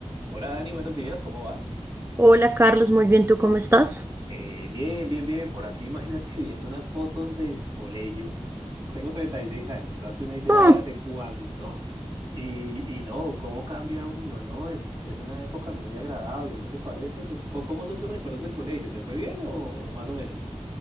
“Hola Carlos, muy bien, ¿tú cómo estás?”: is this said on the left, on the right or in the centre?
Right